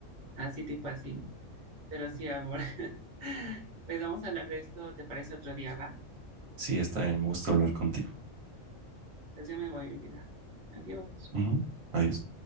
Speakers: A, on the right; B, on the right.
A: así tipo así. Pero sí, amor. <laughs> Pues vamos a hablar de esto, ¿te parece otro día, va?
B: Sí, está bien, me gusta hablar contigo.
A: Pues ya me voy, mi vida. Adiós.
B: Ujú, Adiós.